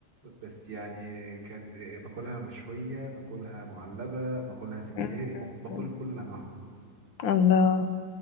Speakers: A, on the right; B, on the left.
A: بس يعني كان باكلها مشويه باكلها معلبه باكلها سنجاري
B: أمم،
A: باكلها
B: أمم،
A: بكل انواعها
B: أمم. الله